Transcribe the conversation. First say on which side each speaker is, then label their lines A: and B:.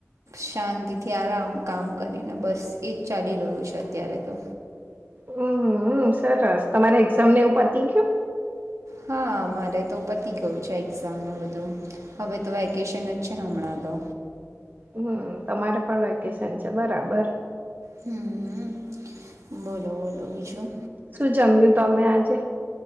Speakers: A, on the right; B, on the right.
A: શાંતિથી આરામ કામ કરીને બસ એજ ચાલી રહ્યું છે અત્યારે તો
B: હમ સરસ તમારા એક્ઝામને એવું પતી ગય
A: હા મારે તો પતી ગયું છે એક્ઝામને બધું હવે તો વેકેશન જ છે હમણાં તો
B: હમ તમારે પણ વેકેશન છે બરાબર
A: હમ બોલો બોલો બીજું
B: શું જમ્યું તમે આજે